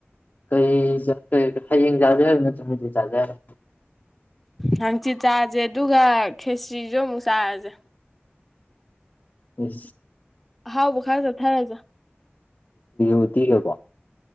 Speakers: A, on the left; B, in the centre.
A: ꯀꯩ ꯍꯌꯦꯡ ꯆꯥꯗꯦ ꯍꯥꯏꯕ ꯅꯠꯇ ꯆꯗꯔ
B: ꯍꯪꯆꯤꯠ ꯆꯥꯥꯁꯦ ꯑꯗꯨꯒ ꯈꯦꯁ꯭ꯔꯤꯁꯨ ꯑꯃꯨꯛ ꯆꯥꯔꯁꯦ
A: ꯎꯝ
B: ꯑꯍꯥꯎꯕ ꯈꯔ ꯆꯠꯊꯔꯁꯦ
A: ꯌꯇꯤꯒꯦꯀꯣ